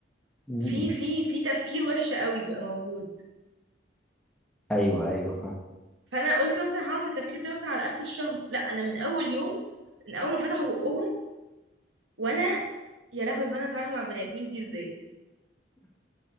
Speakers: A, in the centre; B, on the right.
A: مم.
B: في في في تفكير وحش قوي بيبقى موجود
A: ايوه ايوه فاهم
B: فأنا قلت مثلا هعرف التفكير ده مثلا على آخر الشهر لا أنا من أول يوم من أول ما فتحوا بقهم وأنا يا لهوي وأنا أتعامل مع بني آدمين دي إزاي